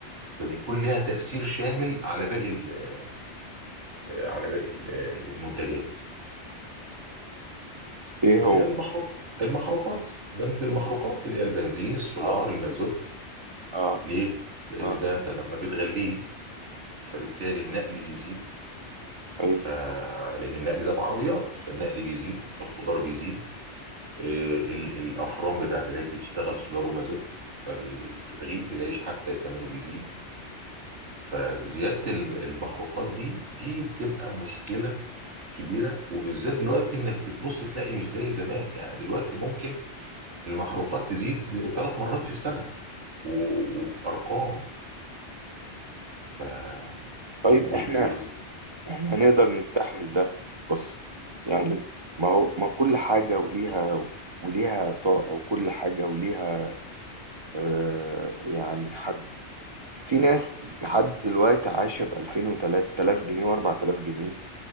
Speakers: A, on the right; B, on the right.
A: فبيكون لها تأثير شامل على باقي ال- على باقي ال- المنتجات
B: ايه
A: اللي
B: هو
A: هي المحروق المحروقات بند المحروقات اللي هي البنزين السولار
B: اه
A: المازوت
B: اه
A: ليه؟ لأن
B: اه
A: ده أنت لما بتغليه فبالتالي النقل بيزيد
B: ايه
A: ف لأن النقل ده بعربيات فالنقل بيزيد فالخضار بيزيد آه، ال- الأفران بتاعت العيش بتشتغل سولار ومازوت فالرغيف العيش حتى ثمنه بيزيد فزيادة الم- المحروقات دي دي بتبقى مشكلة كبيرة وبالذات دلوقتي إنك بتبص تلاقي مش زي زمان يعني دلوقتي ممكن المحروقات تزيد ثلاث مرات في السنة و- وبأرقام ف
B: طيب
A: وال... وال...
B: احنا
A: وال...
B: احنا هنقدر نستحمل ده بص يعني ما هو ما كل حاجة وليها وليها طاقة وكل حاجة وليها آه، يعني حد في ناس لحد دلوقتي عايشة ب 2000 و3000 جنيه و4000 جنيه